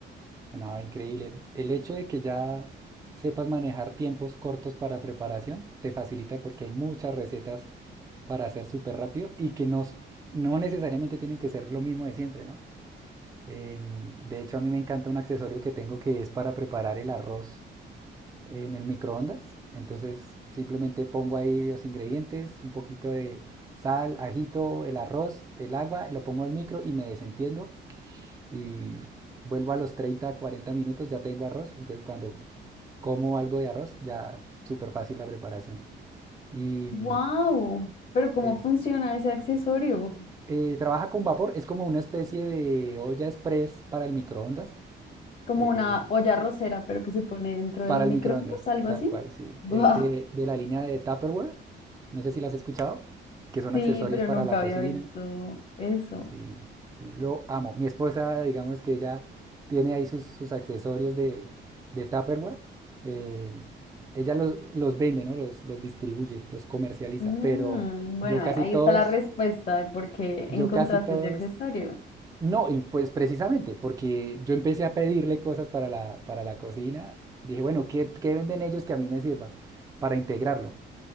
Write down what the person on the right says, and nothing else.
No, increíble. El hecho de que ya sepas manejar tiempos cortos para preparación te facilita porque hay muchas recetas para hacer súper rápido y que no, no necesariamente tienen que ser lo mismo de siempre, ¿no? Em, de hecho, a mí me encanta un accesorio que tengo que es para preparar el arroz en el microondas. Entonces, simplemente pongo ahí los ingredientes, un poquito de sal, ajito, el arroz, el agua, lo pongo al micro y me desentiendo y vuelvo a los 30, 40 minutos, ya tengo arroz. Entonces, cuando como algo de arroz, ya súper fácil la preparación. Y
mm,
es,
eh, trabaja con vapor, es como una especie de olla express para el microondas.
Eh,
Para
el microondas,
tal
cual, sí.
Es de, de la línea de Tupperware. No sé si las has escuchado, que son
accesorios
para
la cocina.
Sí, lo amo. Mi esposa, digamos que ella tiene ahí sus, sus accesorios de, de Tupperware. Eh, ella los, los vende, ¿no? Los, los distribuye, los comercializa.
Pero
yo casi
todos,
yo
casi todos
no, y pues precisamente, porque yo empecé a pedirle cosas para la, para la cocina, dije, bueno, ¿qué, qué venden ellos que a mí me sirva para integrarlo?